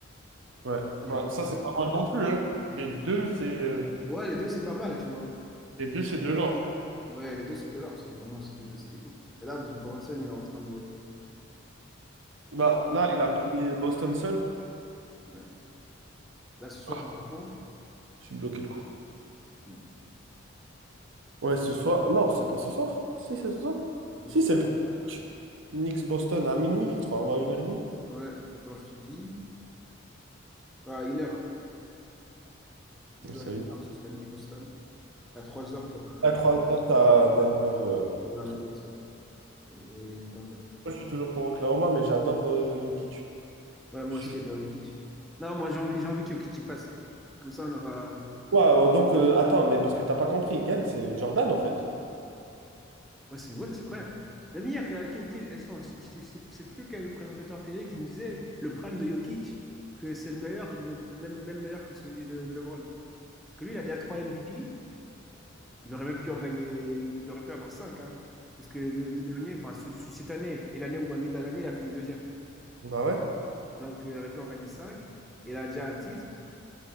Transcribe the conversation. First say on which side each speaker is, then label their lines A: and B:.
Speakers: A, on the right; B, in the centre.
A: Ouais, bah,
B: Et...
A: ça c'est pas mal non plus, hein. Les deux, c'est euh,
B: Ouais, les deux, c'est pas mal, tu vois.
A: les deux, c'est de l'or.
B: Ouais, les deux sautent de l'or, c'est vraiment, c'était c'était ouf. Mais là, Bronson, il est en train de...
A: Bah là, il a pris Boston seul.
B: Ouais. Là, ce soir,
A: Ah,
B: ils le font.
A: je suis bloqué le coup.
B: Ouais.
A: Ouais, ce soir. Non, c'est pas ce soir. Si, c'est ce soir.
B: C'est
A: Si,
B: Ce soir?
A: c'est le premier match. Knicks-Boston à minuit, je crois, ou à une heure et demie.
B: Ouais, attends, je te dis. À une heure. Tu joues
A: Salut.
B: à une heure, ce sera Nick Boston. À trois heures, tu auras
A: À 3h, t'as Denver. euh,
B: Nuggets.
A: truc.
B: ouais. Et Thunder.
A: Moi, je suis toujours pour Oklahoma, mais j'adore euh, Jokic.
B: Ouais, moi
A: Je suis...
B: aussi, j'adore Jokic. Non, moi, j'ai envie, j'ai envie que Jokic y passe. Comme ça, on aura.
A: Ouais, euh,
B: Ouais,
A: donc euh, attends, mais parce que t'as pas compris, Gant, c'est Jordan en fait.
B: ouais, c'est ouais, c'est vrai. Même hier, euh, qui- qui- attends, je je- je sais plus quel présentateur télé qui me disait le prime de Jokic, que c'est le meilleur, même, même meilleur que celui de, de LeBron. Parce que lui, il a déjà 3 MVP. Il aurait même pu en gagner. Il aurait pu avoir 5. Parce que les deux, deux derniers, enfin, ce- ce- cette année et l'année où Embiid a gagné, il a fini deuxième.
A: Bah ouais.
B: Donc, il aurait pu en gagner cinq Il a déjà un titre.